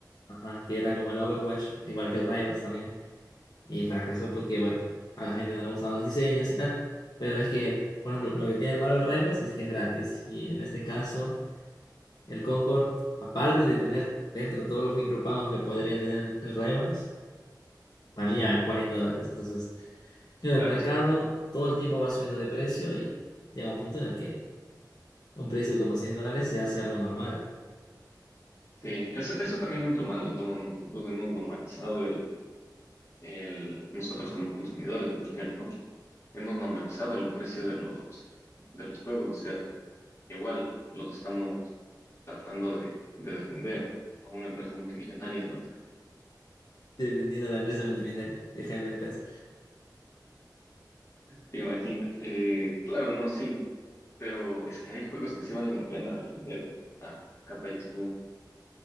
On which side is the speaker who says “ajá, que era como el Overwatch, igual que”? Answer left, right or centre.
Left